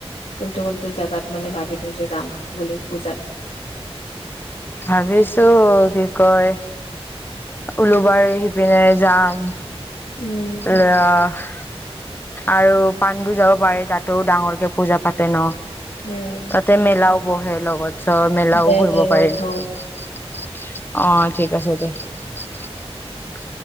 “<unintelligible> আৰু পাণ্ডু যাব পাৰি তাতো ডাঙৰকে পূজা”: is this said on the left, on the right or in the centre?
Left